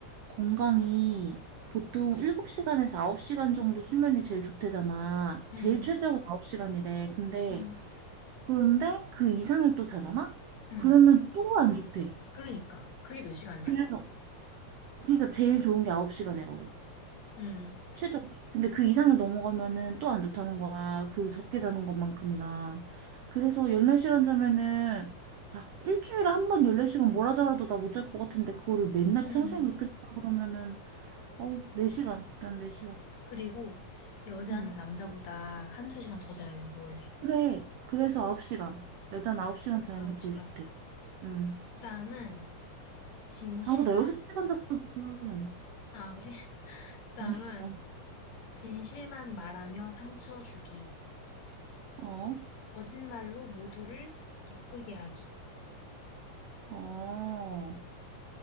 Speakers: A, on the right; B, on the left.
A: 건강이 보통 7시간에서 9시간 정도 수면이 제일 좋대잖아.
B: 음,
A: 제일 최저가 9시간이래. 근데,
B: 음,
A: 그런데 그 이상을 또 자잖아?
B: 음.
A: 그러면 또 안 좋대.
B: 그러니까. 그게 몇 시간이야?
A: 그래서, 그러니까 제일 좋은 게 9시간이라고.
B: 음,
A: 최저. 근데 그 이상을 넘어가면은 또 안 좋다는 거야. 그 적게 자는 것만큼이나. 그래서 14시간 자면은, 야, 일주일에 한 번 14시간 뭐라 자라도 나 못 잘 것 같은데, 그거를 맨날
B: 음.
A: 평생 그렇게 자라 그러면은, 어우, 4시간. 일단 4시간.
B: 그리고 여자는
A: 음.
B: 남자보다 한두 시간 더 자야 되는데, 원래.
A: 그래. 그래서 9시간. 여자는 9시간 자는
B: 9시간.
A: 게 제일 좋대. 음.
B: 그 다음은 진실만,
A: 아, 나 6시간 잤어, 지금.
B: 아, 그래? <laughs> 그 다음은
A: <laughs> 어,
B: 진실만 말하며 상처 주기.
A: 어,
B: 거짓말로 모두를 기쁘게 하기.
A: 어.